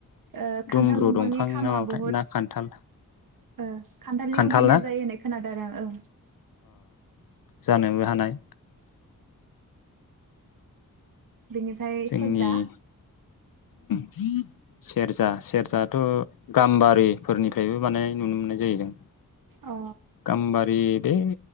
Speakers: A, on the right; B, on the left.
A: ओ
B: दुमब्रु
A: खान्थाल दंफांनि
B: दंफां
A: खामा
B: ना माबाथाय
A: बहुद
B: ना खान्थाल
A: ओ खान्थालनिखौ
B: खान्थाल
A: गिलिर
B: ना
A: जायो होननाय खोनादों आरो आं औ
B: जानोबो हानाय
A: बेनिफ्राय
B: जोंनि
A: सेरजा
B: <inaudible> सेरजा सेरजाथ' गाम्बारिफोरनिफ्रायबो बानायनाय नुनो मोननाय जायो जों
A: अ
B: गाम्बारि बे